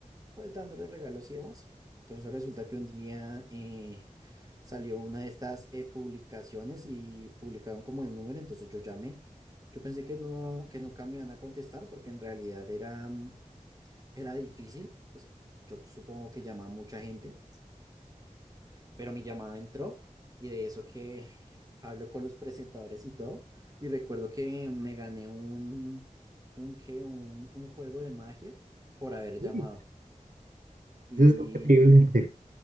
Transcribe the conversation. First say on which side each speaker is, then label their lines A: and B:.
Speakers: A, on the right (about 25°); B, on the right (about 75°).
A: pues, dándole regalos y demás. Entonces resulta que un día eh, salió una de estas eh, publicaciones y publicaron como el número, entonces yo llamé. Yo pensé que no, que nunca me iban a contestar porque en realidad era, mm, era difícil, pues yo supongo que llamaba mucha gente, pero mi llamada entró y de eso que <laughs> hablo con los presentadores y todo. Y recuerdo que me gané un, un, ¿qué? un, un juego de magia por haber
B: Sí,
A: llamado. Y,
B: Eso es increíble.